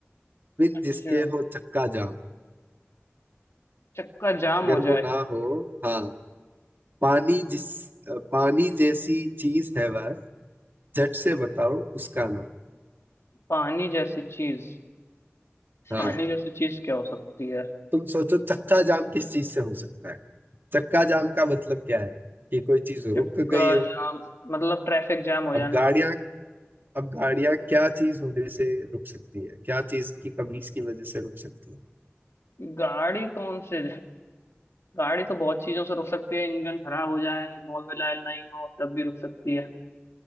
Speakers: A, on the right (about 50°); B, on the left (about 80°).
A: बिन
B: अच्छा
A: जिसके हो चक्का जाम
B: चक्का जाम
A: अगर
B: हो
A: वो
B: जाए
A: ना हो हाँ पानी जिस पानी जैसी चीज है वह झट से बताओ उसका नाम
B: पानी जैसी चीज
A: हाँ
B: पानी जैसी चीज क्या हो सकती है
A: तुम सोचो चक्का जाम किस चीज से हो सकता है चक्का जाम का मतलब क्या है कि कोई चीज रुक
B: चक्का
A: गई हो
B: जाम मतलब ट्रैफिक जाम हो
A: अब
B: जाना
A: गाड़ियां अब गाड़ियां क्या चीज होने से रुक सकती है क्या चीज की कमी की वजह से रुक सकती है
B: गाड़ी कौन से गाड़ी तो बहुत चीजों से रुक सकती है इंजन खराब हो जाए मोबिल ऑयल नहीं हो तब भी रुक सकती है